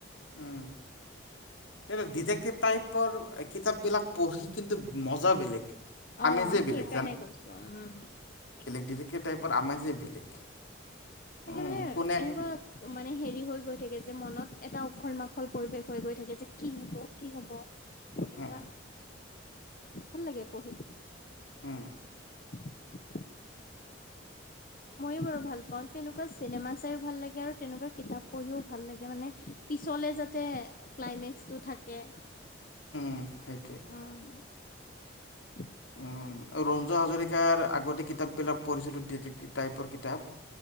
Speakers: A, on the left (about 75°); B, on the left (about 45°).
A: উ ডিতেক্তিভ টাইপৰ কিতাপ বিলাক পঢ়ি কিন্তু মজা বেলেগ
B: অ
A: আমেজে বেলেগ
B: সেইকাৰণে কৈছো উ
A: ডিটেকটিভ টাইপৰ আমাজেই বেলেগ
B: তাকে
A: উম
B: মানে
A: কোনে
B: এনেকুৱা মানে হেৰি হৈ গৈ থাকে যে মনত এটা উখল মাখল পৰিৱেশ হৈ গৈ থ থাকে যে কি হ'ব কি হ'ব এনেকোৱা
A: কি
B: ভাল লাগে পহি
A: হম
B: <inaudible> ময়ো বাৰু ভাল পাওঁ তেনেকুৱা চিনেমা ভাল লাগে আৰু তেনেকুৱা কিতাপ পঢ়িও ভাল লাগে মানে পিছলে যাতে ক্লাইমেক্স টো থাক একে
A: উম, সেইটোৱে
B: অ <inaudible>
A: উম, ৰঞ্জু হাজৰিকাৰ আগতে কিতাপবিলাক পঢ়িছিলো <unintelligible> টাইপৰ কিতাপ